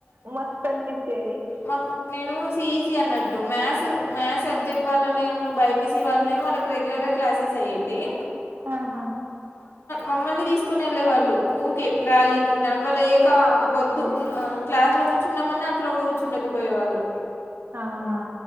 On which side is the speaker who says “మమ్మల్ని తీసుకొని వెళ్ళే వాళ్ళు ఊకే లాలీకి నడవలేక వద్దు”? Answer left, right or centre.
Left